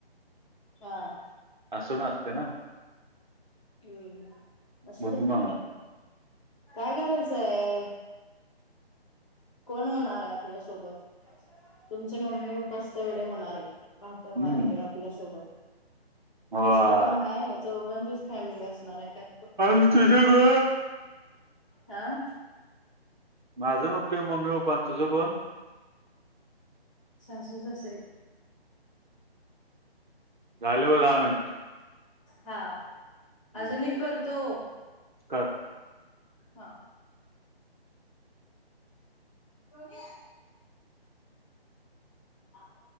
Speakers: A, on the left (about 30°); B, on the right (about 50°).
A: हां.
B: असच असते ना?
A: हम्म, असू
B: म्हणून
A: दे,
B: म्हणा
A: काय करायचंय. कोण होणार आहे आपल्यासोबत तुमचे मम्मी पप्पाच तेवढे होणार आहेत. म्हातर म्हातारी
B: हम्म
A: आपल्यासोबत
B: वा.
A: दुसरं कोण आहे चौघांचीच फॅमिली असणार आहे त्यात
B: <unintelligible> तुझ ग.
A: हां.
B: माझं बघतोय मम्मी पप्पा अन् तुझं कोण?
A: सासू सासरे.
B: झाले ब दहा मिनिट.
A: हा
B: हम्म,
A: अजून एक करतो.
B: कर.
A: हां. सोन्या <inaudible>